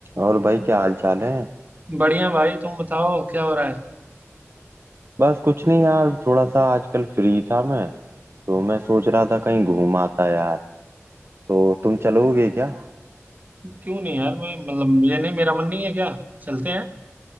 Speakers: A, on the right; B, on the right.
A: और भाई क्या हाल चाल है
B: बढ़िया भाई तुम बताओ क्या हो रहा है
A: बस कुछ नहीं यार थोड़ा सा आजकल फ्री था मैं तो मैं सोच रहा था कहीं घूम आता यार तो तुम चलोगे क्या
B: क्यों नहीं यार मैं मतलब मुझे नहीं मेरा मन नहीं है क्या चलते हैं